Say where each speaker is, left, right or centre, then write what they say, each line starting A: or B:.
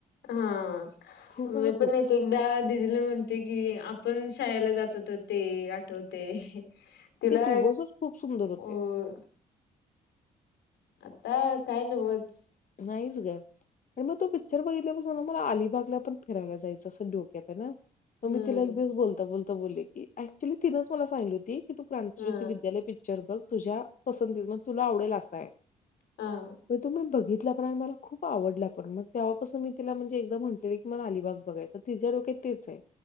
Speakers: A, on the left; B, on the left.
A: हा
B: खूप म्हणजे
A: मी पण
B: खूप
A: एक एकदा दिदीला म्ह, म्हणते की, आपण शाळेला जातो तर ते आठवते. तिला
B: ते दिवसच खूप सुंदर होते
A: अ,, आता काय नवच,
B: नाहीच ग आणि मग तो पिक्चर बघितल्या बसून ना मला, अलिबागला पण फिरायला, जायचं असं डोक्यात आहे ना. मग
A: हम्म.
B: मी तिला एक दिवस बोलता बोलता बोलले की, ऍक्च्युली तिनंच मला सांगली होती. की तू क्रांति
A: हा.
B: ज्योती विद्यालय पिक्चर बघ, तुझ्या पसंती म तुला आवडेल असा आहे.
A: हा.
B: म तुम बघित, ति मला खूप आवडला पण मग, तेव्हापासून मी तिला म्हणज एकदा म्हटले की मला अिबाग बघायच तिच्या, डोक्यात तेच आहे.